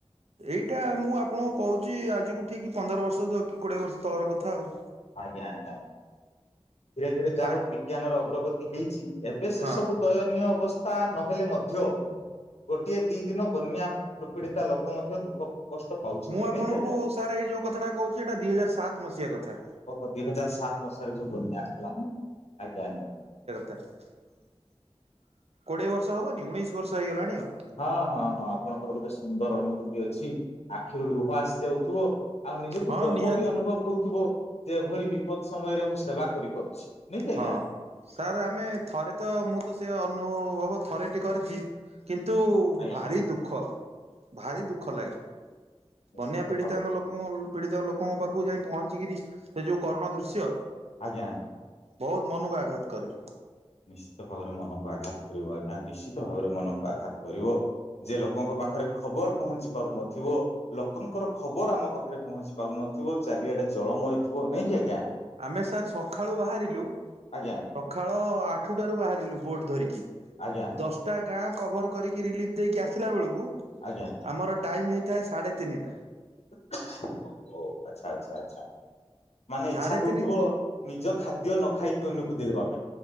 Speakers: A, on the right; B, on the left.
A: ଏଇଟା ମୁଁ ଆପଣଙ୍କୁ କହୁଚି ଆଜିକୁ ଠିକ୍ ପନ୍ଦର ବର୍ଷ କି କୋଡିଏ ବର୍ଷ ତଳର କଥା ଆଉ।
B: ଆଜ୍ଞା ଆଜ୍ଞା, ଧୀରେ ଧୀରେ ଯାହା
A: କାହିଁ
B: ହଉ ବିଜ୍ଞାନର ଅଗ୍ରଗତି ହେଇଚି। ଏବେ ସେ
A: ହଁ
B: ସବୁ ଦୟନୀୟ ଅବସ୍ଥା ନହେଲେ ମଧ୍ୟ ଗୋଟିଏ ଦି ଦିନ ବନ୍ୟା ପ୍ର ପୀଡ଼ିତା ଲୋକ ମଧ୍ୟ ଦୁଃଖ କଷ୍ଟ ପାଉଛନ୍ତି
A: ମୁଁ ଆପଣଙ୍କୁ
B: ନାଇଁ କି ଆଜ୍ଞା?
A: ସାର୍ ଏଇ ଯୋଉ କଥାଟା କହୁଚି ଏଇଟା ଦି ହଜାରେ ସାତ୍ ମସିହା କଥା।
B: ଓ ହ ଦି ହଜାର ସାତ୍ ମସିହାରେ ଯୋଉ ବନ୍ୟା ଆସିିଥିଲା ନା ଆଜ୍ଞା ଆଜ୍ଞା।
A: କୋଡିଏ ବର୍ଷ ହବନି ଉଣେଇଶି ବର୍ଷ ହେଇଗଲାଣି ଆଉ।
B: ହଁ ହଁ ହଁ ଆପଣଙ୍କର ଗୋଟେ ସୁନ୍ଦର ଅନୁଭୂତି ଅଛି ଆଖିରୁ ଲୁହ ଆସି ଯାଉଥିବ। ଆଉ ନିଜକୁ
A: ହଁ
B: ଗର୍ବ
A: ନିହାତି।
B: ବି ଅନୁଭବ ହଉଥିବ ଯେ ଏଭଳି ବିପଦ ସମୟରେ ମୁଁ ସେବା କରିପାରୁଛି। ନାଇଁ କି ଆଜ୍ଞା?
A: ହଁ ସାର୍ ଆମେ ଥରେ ତ ମୁଁ ତ ସେ ଅନୁଭବ ଥରେ ଟି କରିଚି। କିନ୍ତୁ
B: ଆଜ୍ଞା
A: ଭାରି ଦୁଃଖ ଭାରି ଦୁଃଖ ଲାଗେ।
B: ନିଶ୍ଚିତ
A: ବନ୍ୟା ପୀଡିତାଙ୍କ
B: ଭାବରେ
A: ଲୋକ ପୀଡିତା ଲୋକଙ୍କ ପାଖକୁ ଯାଇ ପହଞ୍ଚିକିରି ସେ ଯୋଉ କରୁଣ ଦୃଶ୍ୟ
B: ଆଜ୍ଞା।
A: ବହୁତ୍ ମନକୁ ଆଘାତ କରେ।
B: ନିଶ୍ଚିତ ଭାବରେ ମନକୁ ଆଘାତ କରିବ ଆଜ୍ଞା ନିଶ୍ଚିତ ଭାବରେ ମନକୁ ଆଘାତ କରିବ। ଯେ ଲୋକଙ୍କ ପାଖରେ ଖବର ପହଞ୍ଚି ପାରୁନଥିବ। ଲୋକଙ୍କର ଖବର ଆମ ପାଖରେ ପହଞ୍ଚି ପାରୁନଥିବ ଚାରିଆଡେ ଜଳମୟ ଥିବ ନାଇଁକି ଆଜ୍ଞା?
A: ଆମେ ସାର୍ ସଖାଳୁ ବାହାରିଲୁ
B: ଆଜ୍ଞା।
A: ସଖାଳ ଆଠୁଟାରୁ ବାହାରିଲୁ ବୋଟ୍ ଧରିକି।
B: ଆଜ୍ଞା।
A: ଦଶଟା ଗାଁ କଭର୍ କରିକି ରିଲିଫ୍ ଦେଇକି ଆସିଲା ବେଳକୁ
B: ଆଜ୍ଞା।
A: ଆମର ଟାଇମ୍ ହେଇଥାଏ ସାଢ଼େ ତିନିଟା।
B: ଓ ହୋ ଆଛା ଆଚ୍ଛା ଆଛା ମାନେ
A: ସାଢେ
B: ଇଚ୍ଛା
A: ତିନିଟା
B: ହଉଥିବ ନିଜ ଖାଦ୍ୟ ନ ଖାଇକି ଅନ୍ୟକୁ ଦେବାକୁ।